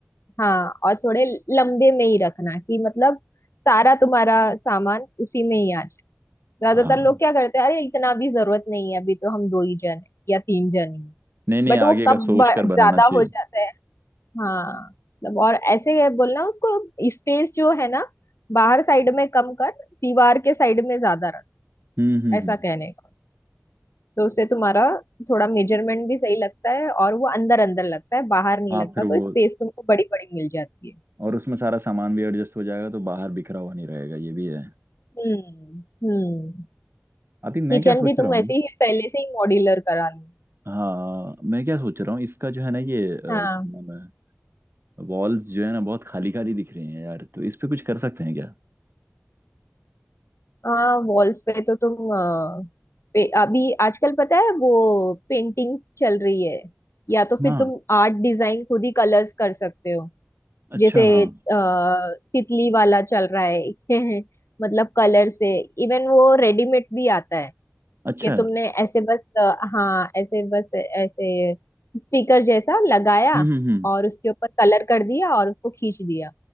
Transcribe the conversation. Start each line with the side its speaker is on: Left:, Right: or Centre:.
Left: हाँ और थोड़े लंबे में ही रखना कि मतलब सारा तुम्हारा सामान उसी में ही आ जाए ज्यादातर
Right: हाँ
Left: लोग क्या करते हैं अरे इतना भी जरूरत नहीं है अभी तो हम दो ही जन हैं या तीन जन हैं,
Right: नहीं नहीं
Left: बट वो
Right: आगे
Left: कब
Right: का सोच
Left: ब-
Right: कर बनाना
Left: ज्यादा
Right: चाहिए
Left: हो जाता है हाँ मतलब और ऐसे ही है बोलना उसको स्पेस जो है ना बाहर साइड में कम कर दीवार के साइड में ज्यादा रख
Right: हम्म हम्म
Left: ऐसा
Right: हम्म
Left: कहने का तो उससे तुम्हारा थोड़ा मेजरमेंट भी सही लगता है और वो अंदर अंदर लगता है बाहर नहीं
Right: हाँ
Left: लगता
Right: फिर वो
Left: तो स्पेस तुमको बड़ी बड़ी मिल जाती है
Right: और उसमें सारा सामान भी एडजस्ट हो जाएगा तो बाहर बिखरा हुआ नहीं रहेगा ये भी है
Left: हम्म हम्म
Right: अभी मैं
Left: किचन
Right: क्या सोच
Left: भी
Right: रहा
Left: तुम
Right: हूँ
Left: ऐसे ही पहले से ही मॉड्यूलर करा लो
Right: हाँ मैं क्या सोच रहा हूँ इसका जो है ना ये अ, क्या
Left: हाँ
Right: नाम है वॉल्स जो है ना बहुत खाली खाली दिख रही हैं यार तो इस पे कुछ कर सकते हैं क्या
Left: हाँ वॉल्स पे तो तुम अ, पे, अभी आजकल पता है वो पेंटिंग्स चल रही है या तो फिर
Right: हाँ
Left: तुम आर्ट डिजाइन खुद ही कलर्स कर सकते हो
Right: अच्छा
Left: जैसे
Right: हाँ
Left: अ, तितली वाला चल रहा है <laughs> मतलब कलर से इवन वो रेडीमेड भी आता है
Right: अच्छा
Left: कि तुमने ऐसे बस अ, हाँ ऐसे बस ऐसे स्टिकर जैसा लगाया
Right: हम्म हम्म हम्म
Left: और उसके ऊपर कलर कर दिया और उसको खींच दिया